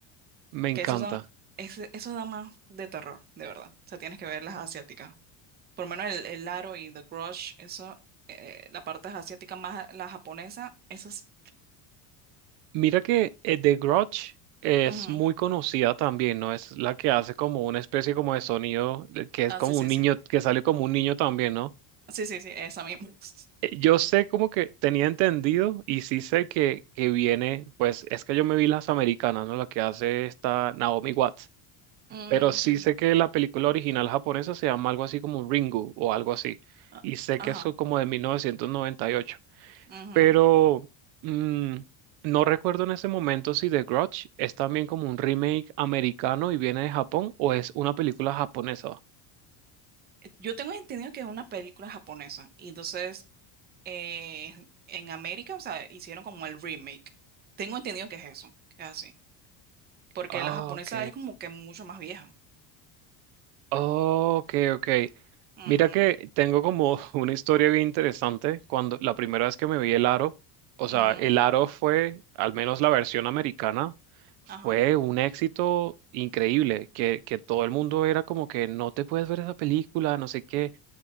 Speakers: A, on the right (about 70°); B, on the right (about 20°).
A: me encanta.
B: que esos son, ese- esos dan más de terror, de verdad. O sea, tienes que ver las asiáticas. Por lo menos el, el aro y The Grudge, eso, eh, la parte asiática más la japonesa, esas.
A: Mira que eh, The Grudge es
B: ujú.
A: muy conocida también, ¿no? Es la que hace como una especie como de sonido, eh, que es
B: Ah,
A: como
B: sí,
A: un
B: sí,
A: niño,
B: sí.
A: que sale como un niño también, ¿no?
B: Sí, sí, sí, esa misma. <laughs>
A: Eh, Yo sé como que tenía entendido y sí sé que, que viene, pues es que yo me vi las americanas, ¿no? La que hace esta Naomi Watts,
B: Mm,
A: pero sí
B: sí. sí.
A: sé que la película original japonesa se llama algo así como Ringu o algo así,
B: Ah,
A: y sé
B: Ajá.
A: que eso como de 1998,
B: ujú.
A: pero mm, no recuerdo en ese momento si The Grudge es también como un remake americano y viene de Japón o es una película japonesa.
B: Eh, Yo tengo entendido que es una película japonesa, y entonces eh, en América, o sea, hicieron como el remake. Tengo entendido que es eso, que es así. Porque
A: Ah,
B: la japonesa
A: ok.
B: es como que mucho más vieja.
A: Oh, ok, ok.
B: Ujú,
A: Mira que tengo como <laughs> una historia bien interesante. Cuando la primera vez que me vi el aro, o
B: ujú,
A: sea, el aro fue, al menos la versión americana, fue
B: ajá.
A: un éxito increíble, que, que todo el mundo era como que no te puedes ver esa película, no sé qué.